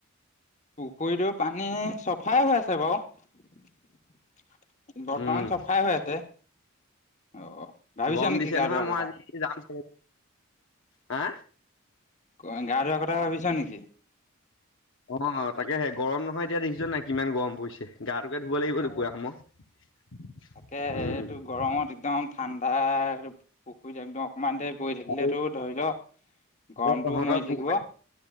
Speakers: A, on the left; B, on the left.
A: পুখুৰীটো পানী চফাই হৈ আছে বাৰু বৰ্তমান
B: উম
A: চফাই হৈ আছে, অ', ভাবিছ
B: গৰম
A: নেকি
B: দিছে
A: গা
B: নহয়
A: ধোৱাৰ
B: মই
A: কথা
B: আজি যাম চাগে, হা
A: <unintelligible> গা ধোৱা কথা ভাবিছ নেকি?
B: অ', তাকেহে গৰম নহয় এতিয়া দেখিছ নাই কিমান গৰম পৰিছে গাটোকে ধুব লাগিব
A: তাকে
B: দুপৰীয়া সময়,
A: তাকে
B: উম
A: এইটো গৰমত একদম ঠাণ্ডা পুখুৰীত একদম অকমান দেৰি পৰি থাকিলেতো
B: আৰু
A: ধৰি ল
B: ইফালে
A: গৰমটোও
B: তহঁতৰ
A: মৰি থাকিব
B: পুখুৰী